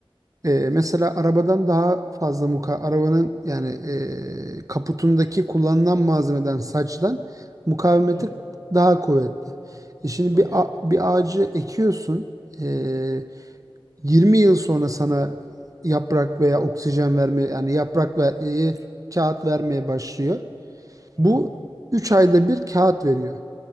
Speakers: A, on the right; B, on the left.
A: E, mesela arabadan daha fazla muka arabanın yani e, kaputundaki kullanılan malzemeden saçtan mukavemeti
B: Evet,
A: daha kuvvetli. E şimdi
B: tabii.
A: bir a- bir ağacı ekiyorsun. E, 20 yıl sonra sana yaprak veya oksijen vermeye yani yaprak ve e, kağıt vermeye başlıyor.
B: Hı
A: Bu
B: hı.
A: 3 ayda bir kağıt veriyor.